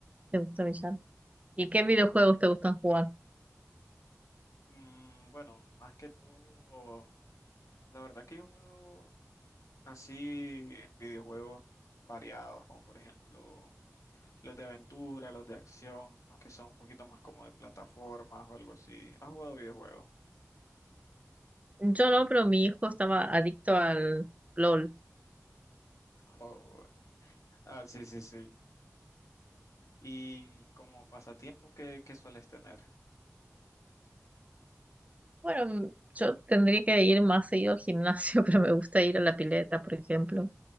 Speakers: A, on the right (about 25°); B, on the left (about 75°).
A: ¿Te gusta billar? ¿Y qué videojuegos te gustan jugar?
B: Mm, bueno, más que todo, la verdad que yo juego así videojuegos variados, como por ejemplo los de aventura, los de acción, los que son un poquito más como de plataformas o algo así. ¿Has jugado videojuegos?
A: Yo no, pero mi hijo estaba adicto al LOL.
B: Oh, ah, sí, sí, sí. ¿Y como pasatiempo qué, qué sueles tener?
A: Bueno, mm, yo tendría que ir más seguido al gimnasio, <laughs> pero me gusta ir a la pileta, por ejemplo.